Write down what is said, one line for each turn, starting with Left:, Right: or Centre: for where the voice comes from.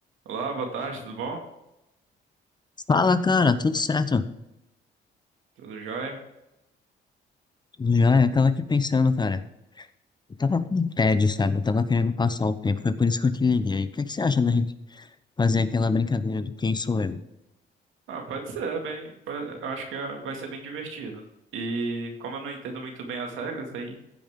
Right: Olá, boa tarde, tudo bom?
Left: Fala, cara, tudo certo?
Right: Tudo jóia?
Left: Tudo jóia? Eu tava aqui pensando, cara. Eu tava com tédio, sabe? Eu tava querendo passar o tempo, foi por isso que eu te liguei. O que é que você acha da gente fazer aquela brincadeira do quem sou eu?
Right: Ah, pode ser, bem, pa- eu acho que ah, vai ser bem divertido. E como eu não entendo muito bem as regras, aí